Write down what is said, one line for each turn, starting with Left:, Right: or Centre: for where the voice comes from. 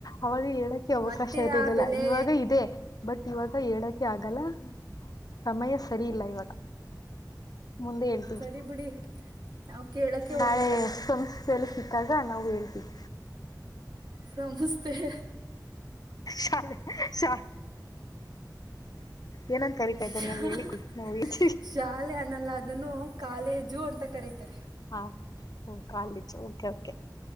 Left: ಅವಾಗ ಹೇಳಕ್ಕೆ ಅವಕಾಶ
Right: ಮತ್ತೆ
Left: ಇರಲಿಲ್ಲ
Right: ಆ ಬೆಲೆ
Left: ಇವಾಗ ಇದೆ ಬಟ್ ಇವಾಗ ಹೇಳಕೆ ಆಗಲ್ಲ ಸಮಯ ಸರಿ ಇಲ್ಲ ಇವಾಗ ಮುಂದೆ ಹೇಳ್ತೀವಿ
Right: ಸರಿ ಬಿಡಿ ನಾವು ಕೇಳೋಕ್ಕೆ
Left: ನಾಳೆ
Right: ಹೋಗಲ್ಲ
Left: ಸಲಸಿದಾಗ ನಾವು ಹೇಳ್ತಿವಿ
Right: ಸಮಸ್ತೆ ಹೆ
Left: ಶಾಲ ಶ ಏನಂಗ ಕರಿತಾಯ್ತಾರೆ
Right: ಶಾ-
Left: ನಮಗೆ ಹೇಳಿಕೊಡಿ ನಾ ಹೇಳ್ತಿವಿ
Right: ಶಾಲೆ ಅನ್ನಲ್ಲ ಅದನ್ನು ಕಾಲೇಜು ಅಂತ ಕರೀತಾರೆ
Left: ಹಾ ಕಾಲೇಜು ಓಕೆ ಓಕೆ